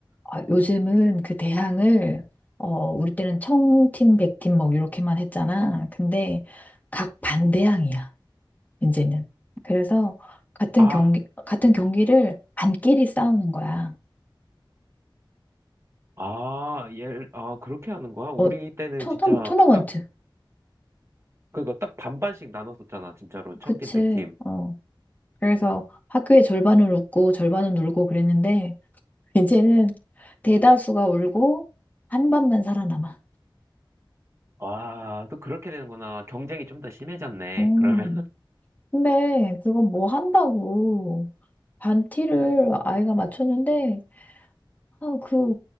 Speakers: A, on the left; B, on the right.
A: 아, 요즘은 그 대항을, 어, 우리 때는 청팀, 백팀 막 이렇게만 했잖아. 근데 각 반대항이야, 이제는. 그래서 같은
B: 아,
A: 경기, 같은 경기를 반끼리 싸우는 거야.
B: 아, 얘, 아, 그렇게 하는 거야? 우리
A: 어,
B: 때는
A: 토너,
B: 진짜
A: 토너먼트.
B: 딱, 그거 딱 반반씩 나눴었잖아. 진짜로. 청팀,
A: 그치.
B: 백팀.
A: 어. 그래서 학교의 절반은 웃고 절반은 울고 그랬는데, <laughs> 이제는 대다수가 울고 한 반만 살아남아.
B: 와, 또 그렇게 되는구나. 경쟁이 좀 더 심해졌네.
A: 음.
B: 그러면. <laughs>
A: 근데 그건 뭐 한다고. 반티를 아이가 맞췄는데, 아, 그,